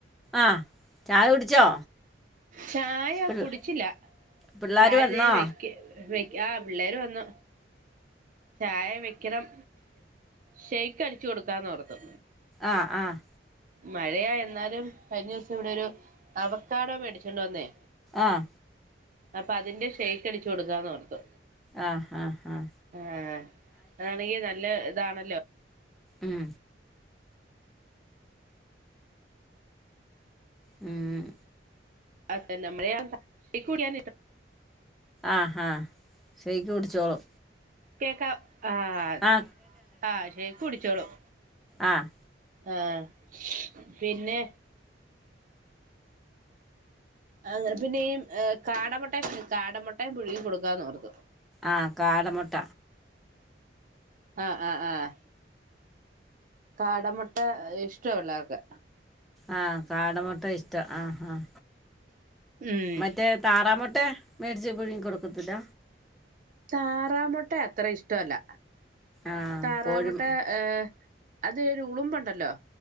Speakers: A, in the centre; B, on the right.
A: ആഹ് ചായ കുടിച്ചോ?
B: ചായ
A: പിള്ള
B: കുടിച്ചില്ല
A: പിള്ളേർ
B: ചായ
A: വന്നോ
B: ഇതെ വെക്ക് വെ ആഹ് പിള്ളേര് വന്നു ചായ വെക്കണം ഷെയ്ക്ക് അടിച്ചു കൊടുക്കാന്നോർത്തു
A: ആഹ് ആഹ്
B: മഴയാ എന്നാലും കഴിഞ്ഞ ദിവസം ഇവിടെ ഒരു അവക്കാടോ മേടിച്ചോണ്ടു വന്നേ
A: ആഹ്
B: അപ്പൊ അതിന്റെ ഷെയ്ക്ക് അടിച്ചു കൊടുക്കാന്നോർത്തു
A: ആഹ് ആഹ് ആഹ്
B: ആഹ് അതാണെങ്കി നല്ല ഇതാണല്ലോ
A: ഉം ഉം
B: അതെന്നെ <unintelligible>
A: ആഹ് ആഹ് ഷെയ്ക്ക് കുടിച്ചോളും
B: കേക്കാം ആഹ്
A: ആ
B: ആഹ് ഷെയ്ക്ക് കുടിച്ചോളും
A: ആഹ്
B: ആഹ് പിന്നെ അങ്ങനെ പിന്നെ ഈ കാടമുട്ടയും കാടമുട്ടയും പുഴുങ്ങി കൊടുക്കാന്നോർത്തു
A: ആഹ് കാട മൊട്ട
B: ആഹ് ആഹ് ആഹ് കാട മൊട്ട ഇഷ്ട്ടാ പിള്ളേർക്ക്
A: ആഹ് കാട മൊട്ട ഇഷ്ട്ടാ ആഹ് ആഹ്
B: ഉം
A: മറ്റേ താറാമൊട്ടേ മേടിച്ച് പുഴുങ്ങി കൊടുക്കത്തില്ല
B: താറാമൊട്ട അത്ര ഇഷ്ട്ടവല്ല
A: ആഹ്
B: താറാമൊട്ട
A: കോഴി
B: ഏഹ് അത് ഒരു ഉളുമ്പൊണ്ടല്ലോ?